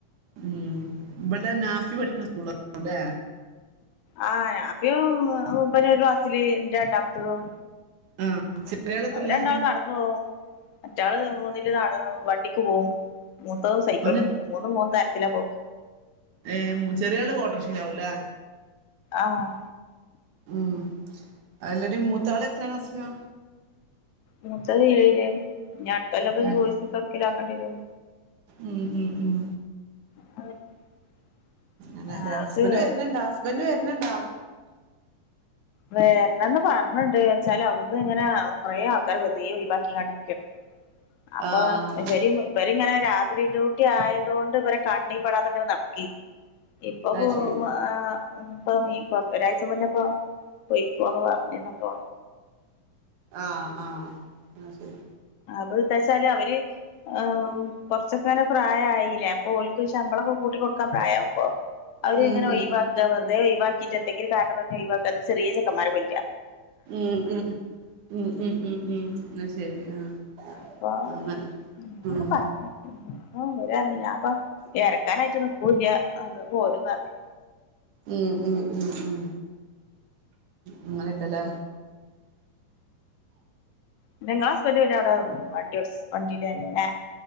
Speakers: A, on the right; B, on the left.
A: ഉം ഇബലെ നാഫി പഠിക്ക്ണ സ്കൂളാവുലേ
B: ആഹ് നാഫീം ഇബനും ഒര് ക്ലാസില് ൻ്റെ രണ്ടാമ്ത്തതും.
A: ആഹ് ചെറിയാള് എത്രയില
B: അവരെണ്ടാളും നട ന്നോവും മറ്റാള് മൂന്നില് നട വണ്ടിക്ക് പോവും മൂത്തോള് സൈക്കിള്മെ
A: അവന്
B: പോവും. മൂന്നും മൂന്ന് തരത്തിലാ പോക്ക്.
A: ഏഹ് ചെറ്യാള് ഒട്ടോർശീലാവുലേ
B: ആഹ്.
A: ഉം അല്ലടീ മൂത്താള് എത്രാം ക്ലാസ് ലാ.
B: മൂത്തെത് ഏഴില് ഇനി അട്തൊല്ലപ്പോ
A: ഉം
B: <unintelligible> എവ്ട്ക്കേലും ആക്കണ്ട്യേരും.
A: ഉം ഉം ഉം.
B: <inaudible>
A: അങ്ങനെലെ
B: ആൾക്ക്
A: ഹസ്ബന്ഡ് വെര്ന്ണ്ടോ, ഹസ്ബന്ഡ് വെര്ന്ണ്ടോ?
B: വേര്ണന്ന് പറഞ്ഞിണ്ട്, വെച്ചാല് അവ്ട്ന്ന്ങ്ങനെ കൊറെേ ആൾക്കാരെ വെറ്തേ ഒയിവാക്കിങ്ങാണ്ട്ക്കാണ് അപ്പൊ
A: ആഹ്
B: ഇവരിം <unintelligible> ഇവര്ങ്ങനെ രാത്രി ഡ്യൂട്ടി ആയതോണ്ട് ഇവരെ കണ്ണി പെടാതെങ്ങനെ നടക്കെയന് ഇപ്പൊ <unintelligible>
A: അത് ശരി
B: ആഹ് ഇപ്പ ഈപ്പോ ഒരാഴ്ച മുന്നെപ്പോ പൊയ്ക്കോന്ന് പറഞ്ഞ്ന്നൊക്കെ
A: ആഹ് ആഹ്, ആഹ് ശെരി.
B: അപ്പോന്താച്ചാല് അവര് ഏമ് കൊറച്ചൊക്കെങ്ങനെ പ്രായായിലേ, അപ്പൊ ഓൽക്ക് ശമ്പളൊക്കെ കൂട്ടി കൊടുക്കാൻ പ്രായവുമ്പോ അവര്ങ്ങനെ
A: ഉം ഉം
B: ഒഴിവാക്കാ, വെറ്തേ ഒഴവാക്കിെട്ടന്തെങ്കിലും കാരണം പറഞ്ഞ് ഒഴിവാക്കാന്നട്ട് ചെറ്യേ ചെക്കന്മാരെ കൊണ്ണ്ടര
A: ഉം ഉം ഉം ഉം ഉം ഉം ഉം ന്നാ ശരി ആഹ്.
B: അപ്പോ
A: അങ്ങനെ
B: ങ്ങനൊക്കെ
A: ഉം
B: പറഞ്ഞ് ഓര <unintelligible> ഞാപ്പം എരക്കാനായിട്ട് നിക്കൂല്ല, അങ്ങട് പോരുന്നറഞ്ഞ്.
A: ഉം ഉം ഉം ഉം അങ്ങനെക്കെലേ
B: പിന്നങ്ങളസ്ബന്റ് പിന്നെ അവ്ടെ വണ്ട്യോച്ച് വണ്ടീലെന്നെലേ?